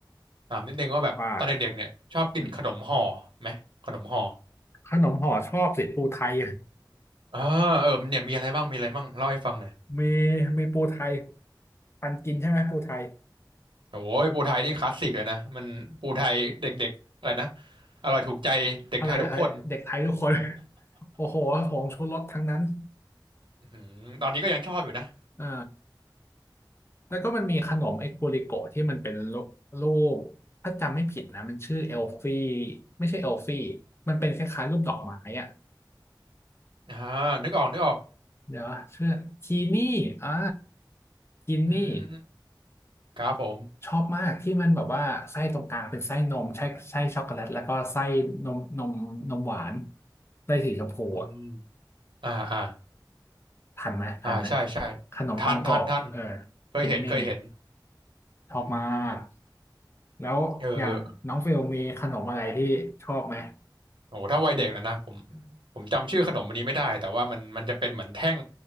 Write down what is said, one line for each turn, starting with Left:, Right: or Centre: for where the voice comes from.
Right: ถามนิดนึงว่าแบบตอนเด็กๆเนี่ยชอบกินขนมห่อไหมขนมห่อ
Left: ว่าอืมขนมห่อชอบสิปูไทย
Right: อ่าเออมันเนี่ยมีอะไรบ้างมีอะไรบ้างเล่าให้ฟังหน่อย
Left: มีมีปูไทยปันกินใช่ไหมปูไทย
Right: โอ้ยปูไทยนี่คลาสสิกเลยนะมันปูไทยเด็กๆอะไรนะอร่อยถูกใจเด็กไทยทุกคน
Left: อร่อยไทยเด็กไทยทุกคน <laughs> โอ้โหผงชูรสทั้งนั้น
Right: อื้อหือตอนนี้ก็ยังชอบอยู่นะ
Left: เออ แล้วก็มันมีขนมไอ้กูริโกะที่มันเป็นรูรูปถ้าจำไม่ผิดนะมันชื่อเอลฟี่ไม่ใช่เอลฟี่มันเป็นคล้ายๆรูปดอกไม้อะ
Right: อ่านึกออกนึกออก
Left: เดี๋ยวชื่อทีนี่อ่าทีนี่
Right: อืมครับผม
Left: ชอบมากที่มันแบบว่าไส้ตรงกลางเป็นไส้นมใช่ไส้ช็อกโกแลตแล้วก็ไส้นมนมนมหวานไส้สีชมพูอะ
Right: อืมอ่าอ่า
Left: ทันไหมทันไหม
Right: อ่าใช่ใช่
Left: ขนมปังกรอบเออ
Right: ทันทันทันเคยเห็นเคยเห็น
Left: ทินนี่ชอบมาก
Right: อืม
Left: แล้วอย่างน้องเฟลมีขนมอะไรที่ชอบไหม
Right: เออเออ โอ้โหถ้าวัยเด็กแล้วนะผมผมจำชื่อขนมอันนี้ไม่ได้แต่ว่ามันมันจะเป็นเหมือนแท่ง